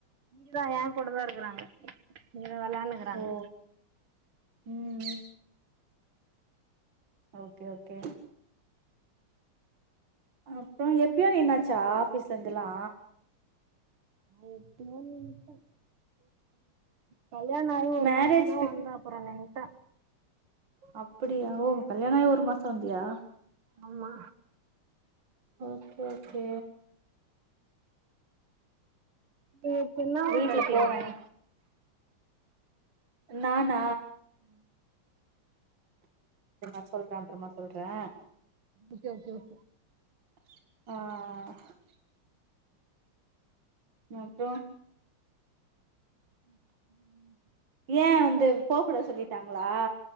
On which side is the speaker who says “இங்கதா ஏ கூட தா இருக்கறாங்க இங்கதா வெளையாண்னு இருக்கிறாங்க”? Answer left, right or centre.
Right